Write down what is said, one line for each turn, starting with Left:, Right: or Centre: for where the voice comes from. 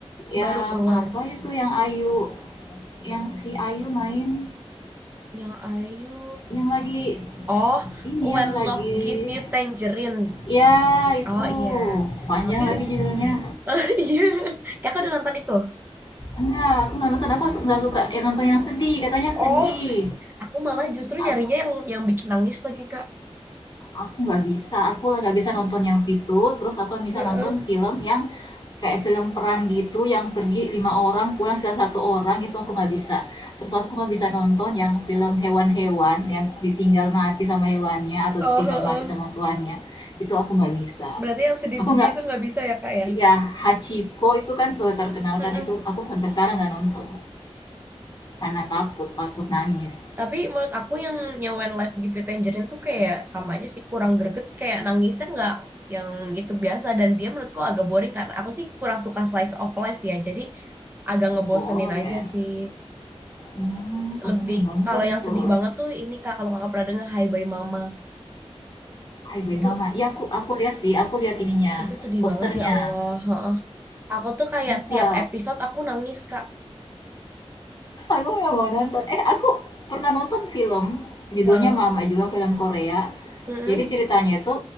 Left: Yang
Right: Baru keluar.
Left: apa itu yang Ayu yang si Ayu main
Right: Yang Ayu.
Left: yang lagi
Right: Oh,
Left: ini
Right: When
Left: yang lagi
Right: Love Give You Tangerine.
Left: Ya, itu
Right: Oh iya.
Left: panjang
Right: Tapi
Left: lagi judulnya.
Right: <laughs> iya. Kakak udah nonton itu?
Left: Enggak, aku nggak nonton. Aku su- nggak suka eh, nonton yang sedih. Katanya sedih.
Right: Oh, aku malah justru
Left: Aku,
Right: nyarinya yang yang bikin nangis lagi, Kak.
Left: aku nggak bisa. Aku lah nggak bisa nonton yang itu. Terus aku bisa
Right: Heeh.
Left: nonton film yang kayak film perang gitu, yang pergi lima orang, pulang sisa satu orang. Itu aku nggak bisa. Terus aku nggak bisa nonton yang film hewan-hewan yang ditinggal mati sama hewannya atau
Right: Oh,
Left: ditinggal
Right: heeh.
Left: mati sama tuannya. Itu aku nggak bisa.
Right: Berarti yang sedih-sedih
Left: Aku nggak
Right: itu nggak bisa ya, Kak, ya?
Left: Iya, Hachiko itu kan, eee, terkenal
Right: Mm-mm.
Left: kan itu aku sampai sekarang nggak nonton, karena takut, takut nangis.
Right: Tapi menurut aku yang yang When Life Give You Tangerine tuh kayak sama aja sih, kurang greget. Kayak nangisnya nggak yang itu biasa. Dan dia menurutku agak boring karena aku sih kurang suka slice of life ya. Jadi agak ngebosenin
Left: Oh, iya
Right: aja
Left: ya?
Right: sih.
Left: Mmm,
Right: Lebih,
Left: aku belum nonton
Right: kalau yang
Left: itu,
Right: sedih banget tuh ini, Kak, kalau kakak pernah denger Hai Bye Mama.
Left: Hai Bye
Right: Itu
Left: Mama. Iya aku aku lihat sih, aku lihat ininya,
Right: itu sedih
Left: posternya.
Right: banget ya Allah. Heeh. Aku tuh kayak
Left: Masa?
Right: tiap episode aku nangis, Kak.
Left: Aku nggak mau nonton. Eh, aku pernah nonton film, judulnya
Right: Heeh.
Left: Mama juga, film Korea.
Right: Mm-mm.
Left: Jadi ceritanya itu,